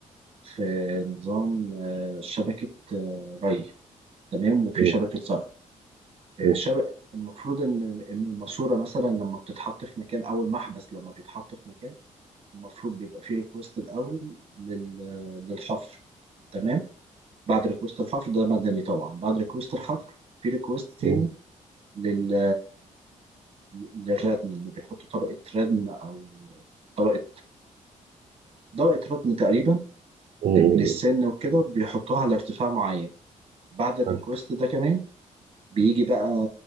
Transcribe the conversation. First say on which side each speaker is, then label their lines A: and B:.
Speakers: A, on the right; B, on the right.
A: في نظام آه، شبكه آه، ري تمام وفي
B: مم.
A: شبكه صرف آه،
B: مم.
A: شبك المفروض ان ان الماسوره مثلا لما بتتحط في مكان او المحبس لما بيتحط في مكان المفروض بيبقى فيه ريكوست الاول لل- للحفر تمام بعد ريكوست الحفر ده مدني طبعا بعد ريكوست الحفر في ريكوست تاني
B: مم.
A: لل للردم ان بيحطوا طبقه ردم او طبقه طبقه ردم تقريبا
B: مم.
A: من السن وكده بيحطوها على ارتفاع معين بعد الريكوست
B: حلو
A: ده كمان بيجي بقى